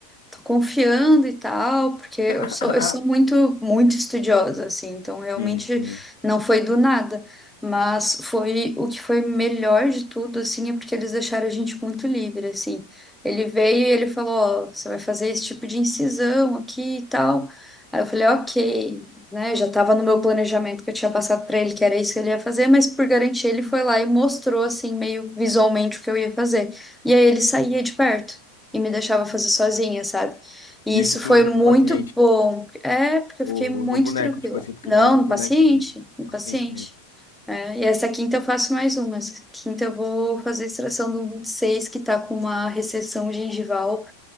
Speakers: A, in the centre; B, on the left.
A: tô confiando e tal, porque
B: <laughs>
A: eu sou, eu sou muito, muito estudiosa, assim, então realmente
B: Sim, sim.
A: não foi do nada, mas foi o que foi melhor de tudo, assim, é porque eles deixaram a gente muito livre, assim. Ele veio e ele falou, ó, você vai fazer esse tipo de incisão aqui e tal. Aí eu falei, ok, né, já tava no meu planejamento que eu tinha passado pra ele, que era isso que ele ia fazer, mas por garantia ele foi lá e mostrou, assim, meio visualmente o que eu ia fazer. E aí ele saía de perto e me deixava fazer sozinha, sabe? E
B: Isso
A: isso
B: tu
A: foi
B: já com
A: muito
B: o paciente.
A: bom. É, porque
B: Ou
A: eu fiquei muito
B: no boneco,
A: tranquila.
B: tipo assim, porque
A: Não,
B: tem muito
A: no
B: boneco
A: paciente,
B: também,
A: no
B: paciente
A: paciente.
B: mesmo.
A: É, e essa quinta eu faço mais uma. Essa quinta eu vou fazer a extração do 26 que tá com uma recessão gengival